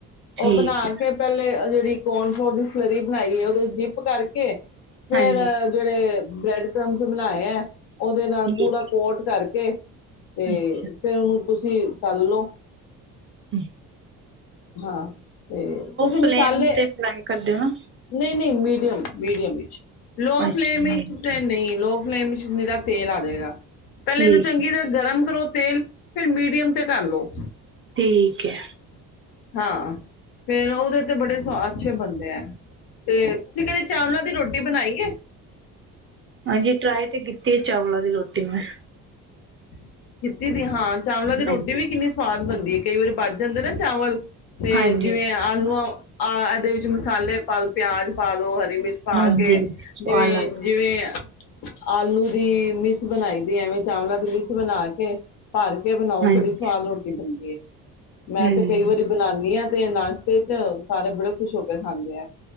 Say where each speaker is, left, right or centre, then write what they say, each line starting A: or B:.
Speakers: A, on the right (about 35°); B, on the left (about 75°).
A: ਠੀਕ
B: ਉਹ ਬਣਾ
A: ਹੈ,
B: ਕੇ ਪਹਿਲੇ ਜਿਹੇ ਕੋਨ ਫਲੋਰ ਦੀ ਸਲਰੀ ਬਣਾਈਏ ਉਹਦੇ ਜਿਪ ਕਰਕੇ
A: ਹਾਂਜੀ
B: ਫੇਰ ਜਿਹੜੇ ਬ੍ਰੈਡ ਕ੍ਰਮਸ ਬਣਾਏ ਹੈ ਉਹਦੇ ਨਾਲ
A: ਠੀਕ
B: ਪੂਰਾ ਕੋਟ ਕਰਕੇ ਤੇ
A: ਹੈ। ਅੱਛਾ।
B: ਫੇਿਰ ਉਹਨੂੰ ਤੁਸੀਂ ਚੱਲਲਓ
A: ਹਮ
B: ਹਾਂ ਤੇ ਤੁਸੀ
A: ਫਲੇਮ
B: ਮਸਾਲੇ
A: ਤੇ ਫਰਾਈ ਕਰ ਦੇਣਾ।
B: ਨਹੀਂ ਨਹੀਂ ਮੀਟ <inaudible> ਮੀਡੀਅਮ ਵਿੱਚ ਲੋ
A: ਅੱਛਾ
B: ਫਲੇਮ ਵਿੱਚ ਤੇ ਨਹੀਂ ਲੋ ਫਲੇਮ ਚ ਨਰਾ ਤੇਲ ਆ ਜਾਵੇਗਾ ਪਹਿਲੇ
A: ਠੀਕ।
B: ਇਹਨੂੰ ਚੰਗੀ ਤਰ੍ਹਾਂ ਗਰਮ ਕਰੋ ਤੇਲ ਫਿਰ ਮੀਡੀਅਮ ਤੇ ਕਰ ਲੋ
A: ਠੀਕ ਹੈ
B: ਹਾਂ ਫੇਰ ਉਹਦੇ ਤੇ ਬੜੇ ਅੱਛੇ ਬੰਦੇ ਹੈ ਤੇ ਤੁਸੀਂ ਕਹਿੰਦੇ ਚਾਵਲਾਂ ਦੀ ਰੋਟੀ ਰੁਟੀ ਬਣਾਈਏ
A: ਹਾਂਜੀ ਟਰਾਈ ਤੇ ਕੀਤੀ ਹੈ ਚਾਵਲਾਂ ਦੀ ਰੋਟੀ ਮੈਂ
B: ਕਿ ਕੀਤੀ ਹਾਂ ਚਾਵਲਾ ਦੀ
A: ਹਾਂਜੀ।
B: ਰੋਟੀ ਵੀ ਕਿੰਨੀ ਸਵਾਦ ਬਣਦੀ ਹੈ ਕਈ ਵਾਰੀ ਵੱਜ ਜਾਂਦੇ ਨਾ ਚਾਵਲ ਤੇ
A: ਹਾਂਜੀ।
B: ਜਿਵੇਂ ਆਲੂਆਂ ਆ ਇਹਦੇ ਵਿੱਚ ਮਸਾਲੇ ਪਾ ਪਿਆਜ ਪਾ ਦੋ ਵਿੱਚ ਪਾ
A: ਹਾਂਜੀ।
B: ਕੇ
A: ਸਵਾਦ
B: ਜਿਵੇਂ
A: ਲੱਗਦਾ।
B: ਜਿਵੇਂ ਆਲੂ ਦੀ ਮਿਸ ਬਣਾਈ ਦੀ, ਐਵੇਂ ਚਾਵਲਾਂ ਦੀ ਮਿਸ। ਬਣਾ ਕੇ। ਭਰ ਕੇ ਬਣਾਓ
A: ਹਾਂਜੀ।
B: ਬੜੀ ਸਆਦ ਰੋਟੀ ਬਣਦੀ ਏ। ਮੈਂ
A: ਹੂੰ।
B: ਤੇ ਕਈ ਵਾਰੀ ਬਣਾਉਾਨਦੀ ਹਾਂ। ਤੇ ਨਾਸ਼ਤੇ ਚ ਸਾਰੇ ਬੜੇ ਖੁਸ਼ ਹੋ ਕੇ ਖਾਂਦੇ ਆ।